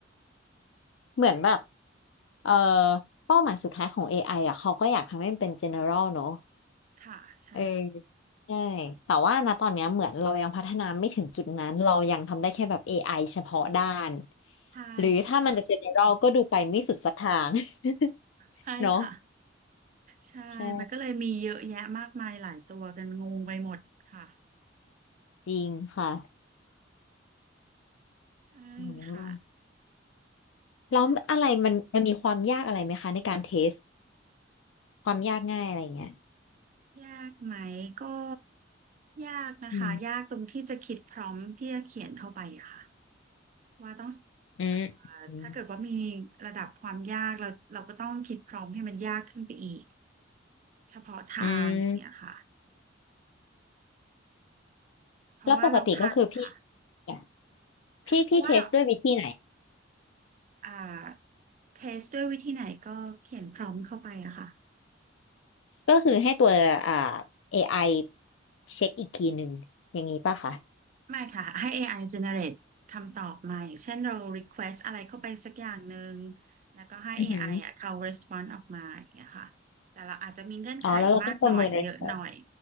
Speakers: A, on the left; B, on the right.
A: เหมือนแบบเอ่อเป้าหมายสุดท้ายของ AI อไออะเขาก็อยากทำให้มันเป็น general เนอะ
B: ค่ะใช่
A: เออใช่แต่ว่านะตอนเนี้ยเหมือนเรายังพัฒนาไม่ถึงจุดนั้นเรายังทำได้แค่แบบ AI เฉพาะด้าน
B: ใช่
A: หรือถ้ามันจะ
B: ค่ะ
A: general ก็ดูไปไม่สุดสักทาง <laughs>
B: ใช่ค่ะ
A: เนาะ
B: ใช่มันก็เลยมีเยอะแยะมากมายหลายตัวกันงงไปหมดค่ะ
A: ใช่จริงค่ะ
B: ใช่ค่ะ
A: อืมแล้วอะไรมันมันมีความยากอะไรไหมคะในการเทส
B: และ
A: ความยากง่ายอะไรอย่างเงี้ย
B: ยากไหมก็ยากนะคะยากตรงที่จะคิดพร้อมที่จะเขียนเข้าไปอะค่ะ
A: อืม
B: ว่าต้อง
A: อืม
B: เอ่อ
A: อืม
B: ถ้าเกิดว่ามีระดับความยากเราเราก็ต้องคิดพร้อมให้มันยากขึ้นไปอีกเฉพาะทางอย่างเงี้ยค่ะ
A: อืม
B: เพราะว่าเราคาดค่ะ
A: แล้วปกติก็คือพี่เนี่ยพี่พี่เทสด้วยวิธีไหน
B: เพราะว่าเราอ่าเทสด้วยวิธีไหนก็เขียนพร้อมเข้าไปอะค่ะ
A: ก็คือให้ตัวอ่า AI เช็คอีกทีหนึ่งอย่างนี้ป่ะคะ
B: ไม่ค่ะให้ AI generate คำตอบมาอย่างเช่นเรา request อะไรเข้าไปสักอย่างหนึ่งแล้วก็ให้
A: อือหือ
B: AI อไออ่ะเขา respond ออกมาอย่างเงี้ยค่ะแต่เราอาจจะมีเงื่อนไขมากหน่อยเยอะหน่อย
A: อ๋อแล้วเราก็ประเมิน response